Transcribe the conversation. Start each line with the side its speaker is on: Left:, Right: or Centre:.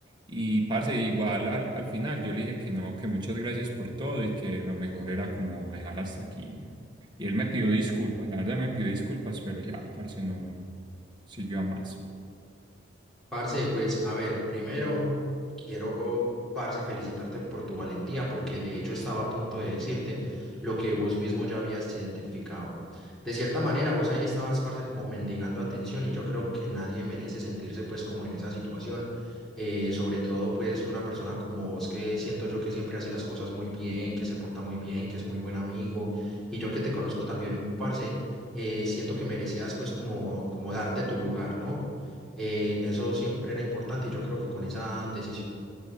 Right: Y parce, igual al, al final yo le dije que no, que muchas gracias por todo y que lo mejor era como dejar hasta aquí. Y él me pidió disculpas, la verdad me pidió disculpas, pero ya, parce, no siguió a más.
Centre: Parce, pues a ver, primero quiero, parce, felicitarte por tu valentía, porque de hecho estaba a punto de decirte lo que vos mismo ya habías identificado. De cierta manera, vos ahí estabas, parce, como mendigando atención y yo creo que nadie merece sentirse pues como en esa situación, eh, sobre todo pues una persona como vos que siento yo que siempre hace las cosas muy bien, que se porta muy bien, que es muy buen amigo y yo que te conozco también, parce, eh, siento que merecías pues como, como darte tu lugar, ¿no? Eh, eso siempre era importante y yo creo que con esa decisión